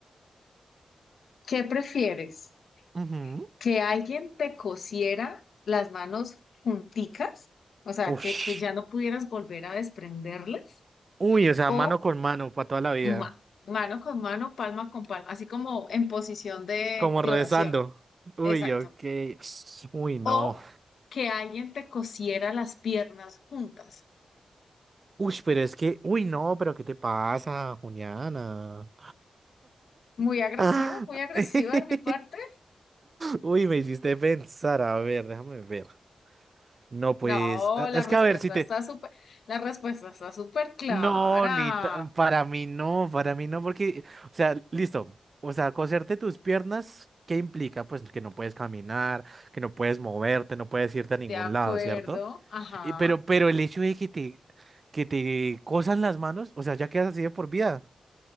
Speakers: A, on the left; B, on the right.
A: ¿qué prefieres?
B: Ujú.
A: ¿Que alguien te cosiera las manos junticas? O sea, que,
B: Ush.
A: que ya no pudieras volver a desprenderlas.
B: Uy, o sea,
A: O
B: mano con mano para toda la vida.
A: ma- mano con mano, palma con palma, así como en posición de,
B: Como
A: de
B: rezando.
A: oración.
B: Uy,
A: Exacto.
B: ok. <sniffs> Uy, no.
A: O que alguien te cosiera las piernas juntas.
B: Uy, pero es que. Uy, no, pero ¿qué te pasa, Juliana?
A: Muy agresivo,
B: Ah.
A: muy agresiva
B: <laughs>
A: de mi parte.
B: Uy, me hiciste pensar. A ver, déjame ver. No, pues.
A: No,
B: ah,
A: la
B: Es
A: Sí.
B: que
A: respuesta
B: a ver si te.
A: está súper, la respuesta está súper clara.
B: No, ni tan- para mí no, para mí no, porque. O sea, listo. O sea, coserte tus piernas, ¿qué implica? Pues que no puedes caminar, que no puedes moverte, no puedes irte a ningún
A: De acuerdo,
B: lado, ¿cierto?
A: ajá,
B: Eh, Pero, pero el hecho de que te, que te cosan las manos, o sea, ya quedas así de por vida.